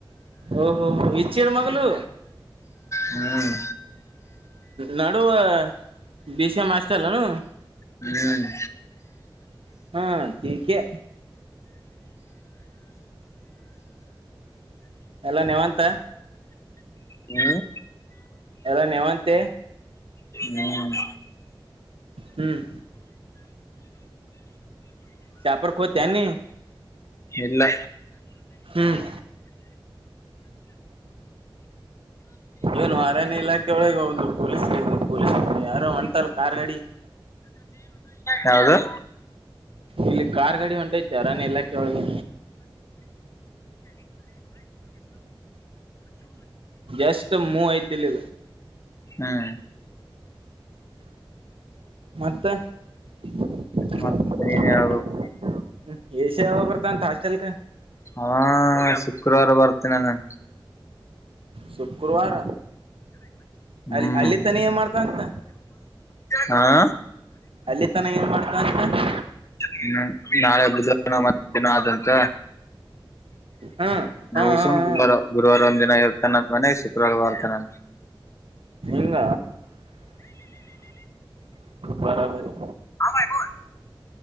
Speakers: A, on the right; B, on the left.
A: ಓಹೋ ಇಚ್ಚರ ಮಾಗಲು
B: ಹ್ಮ್
A: ನಡುವ ಬಿ ಸಿ ಎ ಮಾಸ್ರ್ ಅಲ್ಲನು
B: ಹ್ಮ್
A: ಹಾ ಕಗೆೆ ಎಲ್ಲ ನಿಮಂತ
B: ಹ್ಮ್
A: ಅಲ್ಲನ್ ಯವಂತೆ
B: ಹ್ಮ್
A: ಹ್ಮ್ ಶಾಪರ್ಖೋತ ನೀ
B: ಎಲ್ಲ
A: ಹ್ಮ್ ಏನು ಅರಣ್ಯ ಇಲಾಖೆ ಒಳಗೆ ಒಂದು ಪೊಲೀಸ್ ಪೊಲೀಸ್ ಯಾರೋ ಒಂಟಲ್ಲ ಕಾರ್ ಗಾಡಿ <inaudible>
B: ಯಾವದು
A: ಇಲ್ಲಿ ಕಾರ್ ಗಡಿ ಹೊಂಟೈತ್ತು ರಾನ ಇಲ್ಲಾಖೆ ಒಳಗೆ ಎಷ್ಟು ಮೂವ ಐತಿಲ್ದೆ
B: ಹ್ಮ್
A: ಮತ್ತೆ ಹ್ಮ
B: ಮತ್ತ ನೀನ್ ಹೇಳ್ಬೇಕು
A: ಏಸ ಬರ್ತಂತ ಆ ಚಲ್ಕ
B: ಹಾ ಶುಕ್ರವಾರ ಬರ್ತೇನ ನಾನ್
A: ಶುಕ್ರವಾರ
B: ಹ್ಮ್
A: ಅಲ್ಲಿ ಅಲ್ಲಿ ತಾನಿ ಏನ್ ಮಾಡ್ತ ಅಂತ
B: ಹಾ
A: ಅಲ್ಲಿ ತನ ಏನ್ ಮಾಡ್ತ ಅಂತ
B: ಹ್ಮ್ ನಾಳೆ ಬುದ್ರ ಮತ್ತ ದಿನ ಆದಂತ
A: ಹಾ ಹಾ
B: ನೀಸ್
A: ಹಾ
B: ಗುರುವಾರ
A: ಹಾ
B: ಗುರುವಾರ ಒಂದ್ ದಿನ ಎವ ತ ಮನೆಸ ಚುಾರ ಮಾಡಡ್ತಾನ
A: ಹಂಗ ಬರಬರಿ
B: ಹ್ಮ್